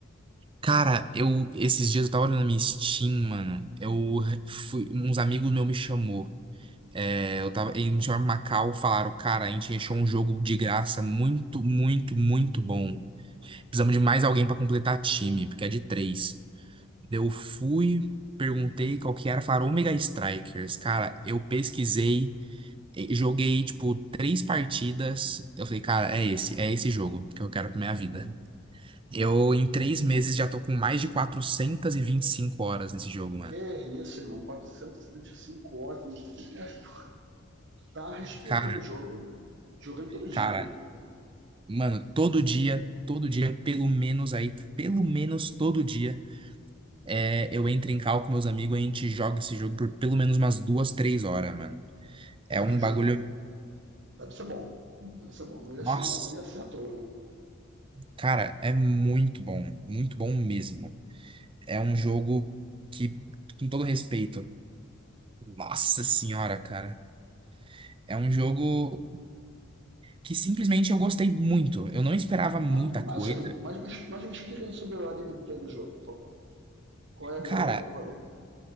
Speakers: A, on the right; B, on the right.
A: Cara, eu esses dias eu tava olhando na minha Steam, mano. Eu fui, uns amigos meus me chamou. É, eu tava, eles me chamaram pra Macau, falaram, cara, a gente achou um jogo de graça muito, muito, muito bom. Precisamos de mais alguém pra completar time, porque é de três. Eu fui, perguntei qual que era, falaram Omega Strikers. Cara, eu pesquisei, e- joguei tipo três partidas. Eu falei, cara, é esse, é esse jogo que eu quero pra minha vida. Eu, em três meses, já tô com mais de quatrocentas e e vinte e cinco horas nesse jogo, mano.
B: Que é isso, irmão? 425 horas nos três meses. Tu tá respirando
A: Cara,
B: o jogo. Jogando todo dia,
A: cara,
B: né?
A: mano, todo dia, todo dia, pelo menos aí, pelo menos todo dia, é, eu entro em call com meus amigos e a gente joga esse jogo por pelo menos umas duas, três horas, mano.
B: Porque
A: É um bagulho.
B: jogo deve ser bom. Deve ser bom. Não ia
A: Nossa,
B: ser, não, não ia ser à toa, né?
A: cara, é muito bom, muito bom mesmo. É um jogo que, com todo respeito, nossa senhora, cara. É um jogo. que simplesmente eu gostei muito. Eu não esperava muita
B: Mas,
A: coisa.
B: mas assim, mas, me- mas me explica sobre a gameplay do jogo, por favor. Qual é a do
A: Cara,
B: rolê? Qual é o rolê?